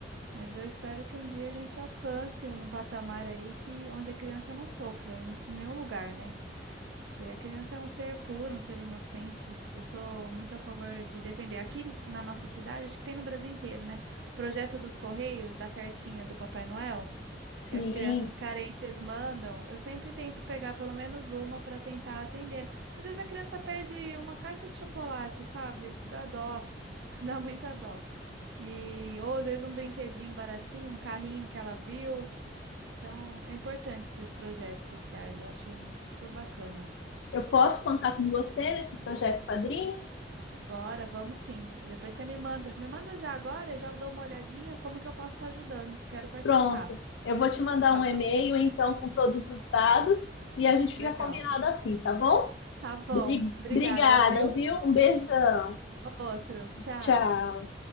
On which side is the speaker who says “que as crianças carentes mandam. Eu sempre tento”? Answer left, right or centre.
Right